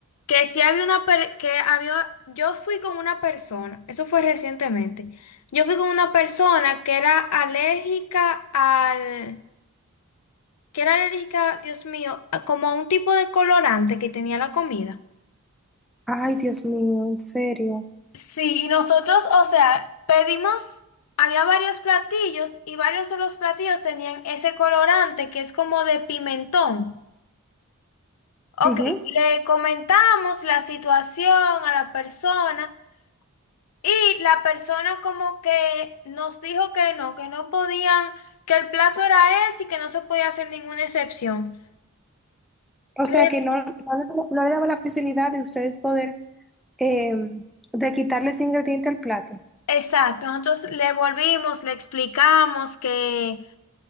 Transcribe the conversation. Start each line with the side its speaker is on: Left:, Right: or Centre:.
Left: que sí había una per- que había yo fui con una persona, eso fue recientemente. Yo fui con una persona que era alérgica al que era alérgica, Dios mío, a- como a un tipo de colorante que tenía la comida.
Centre: Ay, Dios mío, en serio.
Left: Sí, y nosotros, o sea, pedimos Había varios platillos y varios de los platillos tenían ese colorante que es como de pimentón. Ok,
Centre: Ujú.
Left: le comentamos la situación a la persona Y la persona como que nos dijo que no, que no podían, que el plato era ese y que no se podía hacer ninguna excepción.
Centre: O
Left: Le-
Centre: sea que no, no, le no le daba la facilidad de ustedes poder eh, de quitarles ingrediente al plato.
Left: Exacto, nosotros le volvimos, le explicamos que